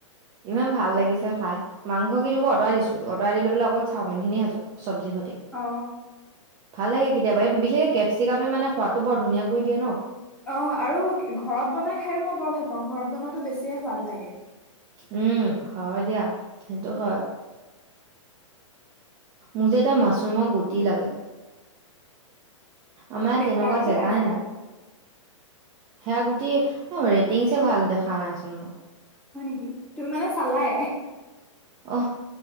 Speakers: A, on the right (about 30°); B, in the centre.
A: ইমান ভাল লাগিছে খাই। মাংসখিন আ অতাৰ দিছো অতটাৰ দি লৈ পেলাই অকল চাওমিন খাইছো চবজি সতি।
B: অ
A: ভাল লাগে কেতিয়াবা বিশেষ কেপচিকামে মানে সোৱাদটো বৰ ধুনীয়াকৈ দিয়ে ন।
B: অঁ আৰু ঘৰত বনাই খাইও মই বৰ ভাল পাওঁ, ঘৰত বনোৱাাতো বেছিয়ে সোৱাদ লাগে।
A: উম হয় দিয়া, সেইটো হয়। মোক যে এতিয়া মাছৰুমৰ গুটি লাগে। আমাৰ
B: ফ্লিপকাৰ্টতে
A: ইয়াত তেনেকুৱা জেগাই
B: পাই যাবা।
A: নাই। সেয়া গুটি ৰেটিংছে ভাল দেখা নাইচোন মই।
B: হয় নেকি, তুমি মানে চালাই।
A: অ